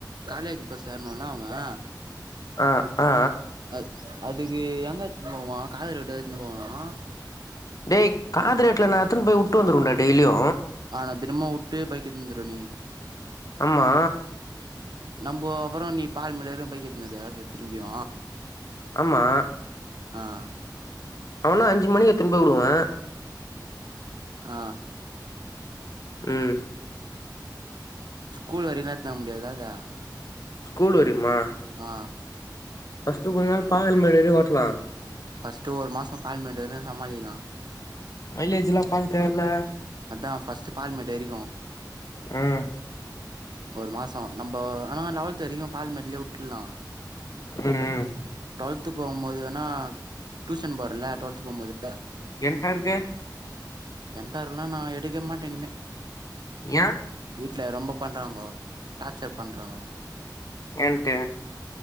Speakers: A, on the right; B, on the left.
A: காலேஜ் பஸ் ஏர்னுன்ன அவன்
B: ஆ அ அ
A: அது அதுக்கு எங்க எத்துனு போவா காய்கறிகள் வெட்ட எத்துனு போவானா
B: டேய் காதரேட்ல நா எத்துன் போய் உட்டு வந்துருவேன்டா டெய்லியு
A: அ தினமு வுட்டு பைக் எத்துனு வந்துருவ நீ
B: ஆமா
A: நம்போ அப்பறோ நீ பால்மேடு வரையு பைக் எத்துனு வருவியா திரும்பியு
B: ஆமா
A: அ அ
B: அவன அஞ்சு மணி எத்துன் போய் உடுவே
A: அ
B: ம்
A: கூல் வரையுல எத்துனு வர முடியாதுல அத
B: ஸ்கூல் வரையுமா
A: அ
B: ஃபஸ்ட்டு கொஞ்சநாள் பால் இந்மேறியே ஓட்லா
A: ஃபஸ்ட்டு ஒரு மாச பால்மேடேற்னா சமாளிக்லா
B: மைலேஜ்லா பாக்கு தேவல்ல
A: அதான் ஃபஸ்ட்டு பால்மேடேரிக்கு
B: ம்
A: ஒரு மாசோ நம்போ ஆனா லெவல்த் வரைக்கு பால்மேட்லயே வுட்ருல்லா
B: ம்
A: டு்வல்த்து போம்போது வேணா டூஷன் போறல்ல டு்வல்த்து போம்போது
B: என்ட்டருக்கே
A: என்டார்குணா நா எடுக்கவே மாட்டே இனிமே
B: ஏ
A: வீட்ல ரொம்ப பண்றாங்கோ டார்ச்சர் பண்றாங்கோ
B: ஏன்ட்டு